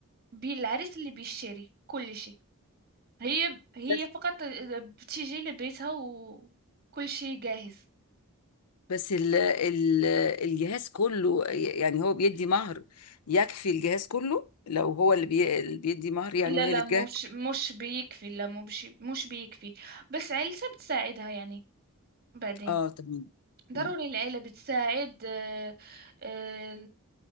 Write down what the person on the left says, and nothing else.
كده
بس ال ال الجهاز كله يعني هو بيدي مهر يكفي الجهاز كله لو هو اللي بي اللي بيدي مهر يعني
وهي
اللي تجاهد
اه تمام
م-